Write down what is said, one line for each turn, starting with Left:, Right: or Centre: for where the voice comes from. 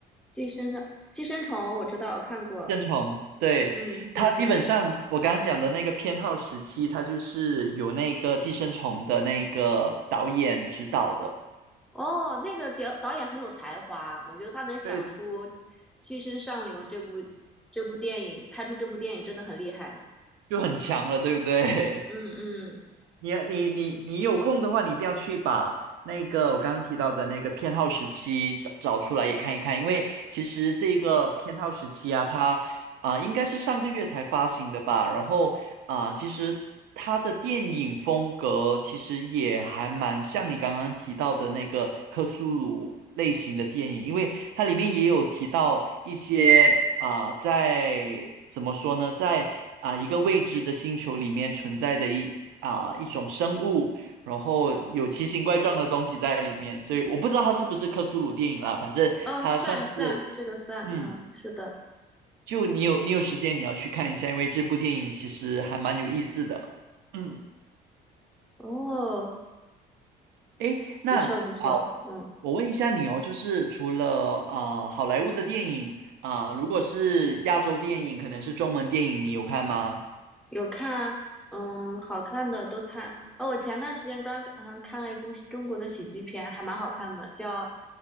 Centre: 《寄生上寄生虫》我知道我看过，
Right: 生虫，对，
Centre: 嗯，对对。
Right: 它基本上我刚刚讲的那个偏好时期，它就是有那个《寄生虫》的那个导演指导的，
Centre: 哦，那个导导演很有才华，我觉得他能想出
Right: 对，
Centre: 《寄身上流》这部这部电影，拍出这部电影真的很厉害。
Right: 就很强了，对不对？
Centre: 嗯
Right: <laughs>
Centre: 嗯，
Right: 你你你你有空的话，你一定要去把那个我刚刚提到的那个偏好时期找找出来也看一看，因为其实这个偏好时期啊，它啊、应该是上个月才发行的吧，然后啊、其实它的电影风格其实也还蛮像你刚刚提到的那个克苏鲁类型的电影，因为它里面也有提到一些啊、在怎么说呢，在啊、一个未知的星球里面存在的一。啊、一种生物，然后有奇形怪状的东西在里面，所以我不知道它是不是克苏鲁电影啦，反正它算是，
Centre: 哦，算算，这个算，
Right: 嗯，
Centre: 嗯，是的。
Right: 就你有你有时间你要去看一下，因为这部电影其实还蛮有意思的。嗯，
Centre: 哦，
Right: 诶，那啊、
Centre: 不错不错，嗯，
Right: 我问一下你哦，就是除了啊、好莱坞的电影啊、如果是亚洲电影，可能是中文电影，你有看吗？
Centre: 有看，嗯，好看的都看。哦，我前段时间刚嗯看了一部喜中国的喜剧片，还蛮好看的，叫